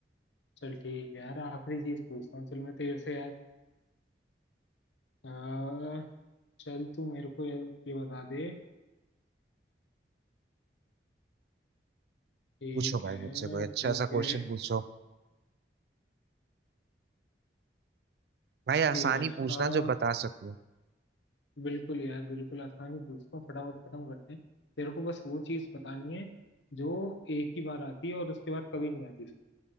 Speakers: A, on the left; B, on the right.
A: चल ठीक है यार आखिरी चीज पूछता हूँ चल मैं तेरे से यार आ, चल तू मेरे को ये, ये बता दे ठीक
B: पूछो भाई
A: है
B: मुझसे कोई
A: ठीक
B: अच्छा सा
A: है
B: क्वेश्चन पूछो भाई आसानी
A: ठीक है
B: पूछना
A: आ,
B: जो बता सको
A: बिल्कुल यार बिल्कुल आसानी पूछता हूँ फटाफट खत्म करते हैं तेरे को बस वो चीज बतानी है जो एक ही बार आती है और उसके बाद कभी नहीं आती